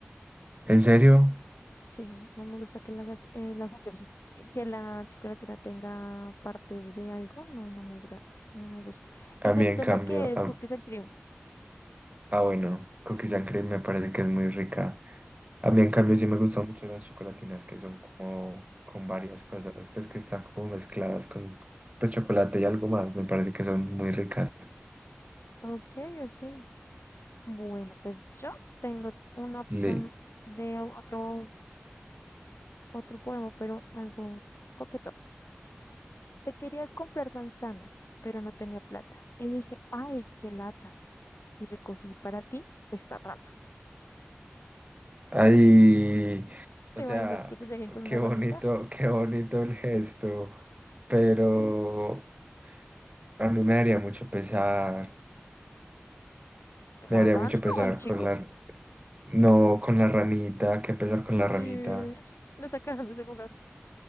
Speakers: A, on the right (about 35°); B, on the left (about 85°).
A: ¿En serio?
B: Sí, no me gusta que la, gas- eh, la gaseosa- <laughs> que la chocolatina tenga partes de algo. No, no me gra- no me gusta.
A: A
B: Excepto
A: mí, en cambio,
B: la que es
A: a-
B: cookies and cream.
A: Ah, bueno, cookie sangre me parece que es muy rica. A mí, en cambio, sí me gustan mucho las chocolatinas que son como con varias cosas, pues que están como mezcladas con pues, chocolate y algo más. Me parece que son muy ricas.
B: Ok, ok. Bueno, pues yo tengo una opción
A: Le-
B: de otro, otro poema, pero algo coquetón. Te quería comprar manzanas, pero no tenía plata. Y dije, ay, qué lata. Y recogí para ti esta rana.
A: Ay,
B: ¿Te
A: o sea,
B: imaginas que te lleguen con una
A: qué
B: ranita?
A: bonito, qué bonito el gesto, pero
B: Sí.
A: a mí me daría mucho pesar, me
B: ¿La
A: daría
B: rana
A: mucho pesar
B: o el chico?
A: con la, no, con la ranita, qué pesar con
B: Sí.
A: la ranita,
B: Lo sacaron de su lugar.